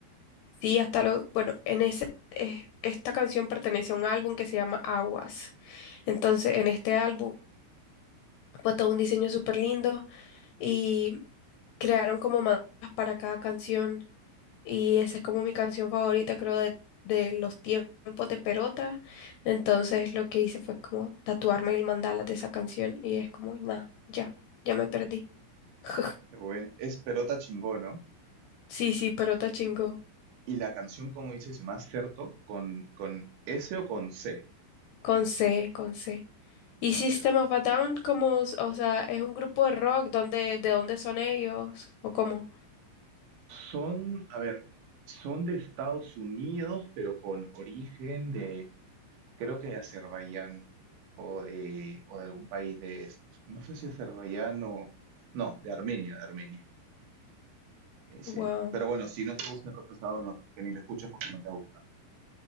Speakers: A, on the left; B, on the right.
A: sí, hasta lo... Bueno, en ese, eh, esta canción pertenece a un álbum que se llama Aguas. Entonces, en este álbum fue todo un diseño súper lindo y crearon como mandalas para cada canción. Y esa es como mi canción favorita, creo, de, de los tiempos de Perota. Entonces, lo que hice fue como tatuarme el mandala de esa canción y es como, nada, ya, ya me perdí. <laughs>
B: Qué bueno. Es Perota Chingó, ¿no?
A: Sí, sí, pero está chingo,
B: Y la canción, como dice, se llama Certo con, con S o con C.
A: Con C, con C. Y
B: Ah,
A: System
B: ya.
A: of a Down, como, s- o sea, es un grupo de rock, donde, ¿de dónde son ellos? ¿O cómo?
B: Son, a ver, son de Estados Unidos, pero con origen de, creo que de Azerbaiyán o de, o de algún país de estos. No sé si Azerbaiyán o, no, de Armenia, de Armenia. Eh, sí.
A: Wow.
B: Pero bueno, si no te gusta el rock pesado, no, que ni lo escuches porque no te va a gustar.